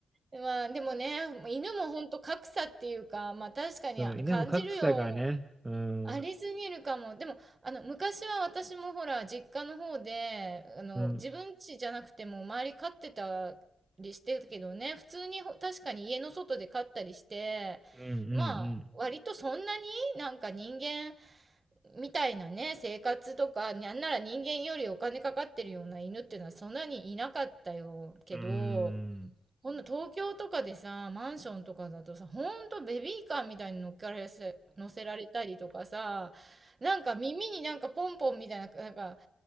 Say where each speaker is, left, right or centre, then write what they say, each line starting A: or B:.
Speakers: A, on the right; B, on the right.
A: まあでもね、犬もほんと格差っていうか、まあ確かに感じるよ。
B: そう、犬も格差がね、うん、
A: ありすぎるかも。でも、あの、昔は私もほら、実家の方で、あの、
B: うん、
A: 自分家じゃなくても周り飼ってたりしてたけどね、普通にほ確かに家の外で飼ったりして、
B: うん、うん、うん、
A: まあ、割とそんなになんか人間みたいなね、生活とか、なんなら人間よりお金かかってるような犬っていうのはそんなにいなかったよけど、
B: うーん。
A: こんな東京とかでさ、マンションとかだとさ、ほんとベビーカーみたいに乗っからせ、乗せられたりとかさ、なんか耳になんかポンポンみたいな、なんか、